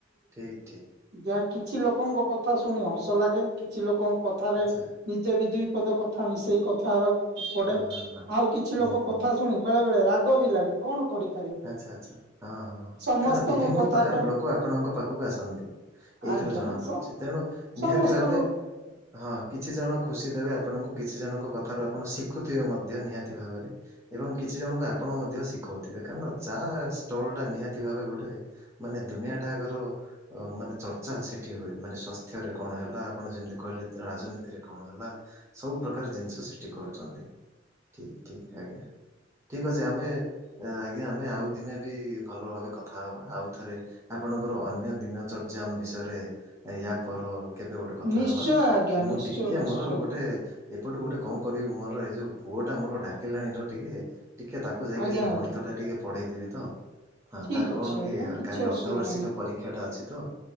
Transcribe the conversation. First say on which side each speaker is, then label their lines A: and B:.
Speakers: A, on the right; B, on the right.
A: ଠିକ୍ ଠିକ୍।
B: ଯା କିଛି ଲୋକଙ୍କ କଥା ଶୁଣି ହସ ଲାଗେ କିଛି ଲୋକ କଥାରେ
A: ଆଚ୍ଛା
B: ନିଜେ ବିଧ ଦ କଥା ମିଶେଇ କଥା ହେବାକୁ ପଡେ
A: ହଁ ହଁ ହଁ
B: ଆଉ କିଛି
A: ନିହାତି
B: ଲୋକ କଥା
A: ନିହାତି।
B: ଶୁଣି ବେଳେ ବେଳେ ରା ଆ ବି ଲାଗେ କଣ କରିିବ
A: ଆଛା ଆଛା ହଁ ହଁ
B: ସମସ୍ତଙ୍କ
A: କାରଣ ବିଭିନ୍ନ
B: କଥା
A: ପ୍ରକାର
B: କ
A: ଲୋକ ଆପଣଙ୍କ ପାଖକୁ ଆସନ୍ତି। ଏଇଥର
B: ଆଜ୍ଞା
A: ଜଣା ପଡୁଛି
B: ସମ
A: ତେଣୁ
B: ସମସ୍ତଙ୍କ
A: ନିହାତି ଭାବେ ହଁ କିଛି ଜଣ ଖୁସି ଦେବେ ଆପଣଙ୍କୁ କିଛି ଜଣଙ୍କ କଥାରୁ ଆପଣ ଶିଖୁଥିବେ ମଧ୍ୟ ନିହାତି ଭାବରେ ଏବଂ କିଛି ଜଣଙ୍କୁ ଆପଣ ମଧ୍ୟ ଶିଖଉଥିବେ। କାରଣ ଚା ଷ୍ଟଲ ଟା ନିହାତି ଭାବେ ଗୋଟେ ମାନେ ଦୁନିଆଟାକର ମାନେ ଚର୍ଚ୍ଚା ସେଠି ହୁଏ ମାନେ ସ୍ୱାସ୍ଥ୍ୟରେ କଣ ହେଲା ଆପଣ ଯେମିତି କହିଲେ ରାଜନୀତିରେ କଣ ହେଲା ସବୁ ପ୍ରକାର ଜିନିଷ ସେଠି କରୁଛନ୍ତି ଠିକ୍ ଠିକ ଆଜ୍ଞା ଠିକ୍ ଅଛି। ଯେ ଆମେ ଆଜ୍ଞା ଆମେ ଆଉ ଦିନେ ବି ଭଲ ଭାବେ କଥା ହେବା ଆଉଥରେ ଆପଣଙ୍କର ଅନ୍ୟ ଦିନ ଚର୍ଯ୍ୟା ବିଷୟରେ ୟାପର କେବେ ଗୋଟେ କଥା
B: ନିଶ୍ଚୟ
A: ହବା
B: ଆଜ୍ଞା
A: ମୁଁ
B: ନିଶ୍ଚୟ
A: ଟିକେ
B: ନିଶ୍ଚୟ
A: ମୋର ଗୋଟେ ଏପଟୁ ଗୋଟେ କଣ କରିବି ମୋର ଏଇ ଯେଉଁ ପୁଅଟା ମୋର ଡାକିଲାଣି ତ ଟିକେ ଟିକେ ତାକୁ ଯାଇକି
B: ଆଜ୍ଞା
A: ସେ ଗଣିତ
B: ଆଜ୍ଞା।
A: ଟିକେ ପଢେଇଦେବି ତ ହଁ
B: ଠିକ
A: ତାର କଣ
B: ଅଛି ଆଜ୍ଞା
A: କି
B: କିଛି
A: କାଲି
B: ଅସୁବିଧା
A: ଅର୍ଦ୍ଧବାର୍ଷିକ
B: ନାହିଁ।
A: ପରୀକ୍ଷା ଟା ଅଛି ତ